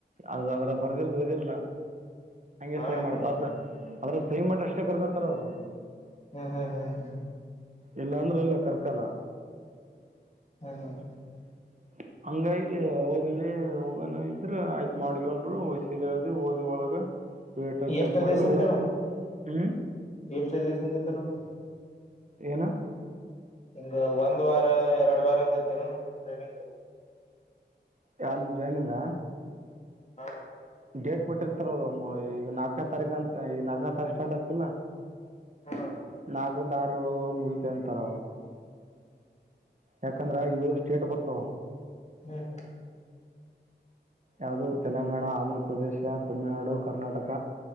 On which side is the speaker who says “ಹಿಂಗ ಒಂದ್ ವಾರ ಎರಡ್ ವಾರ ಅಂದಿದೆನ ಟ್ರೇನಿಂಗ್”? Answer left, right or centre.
Left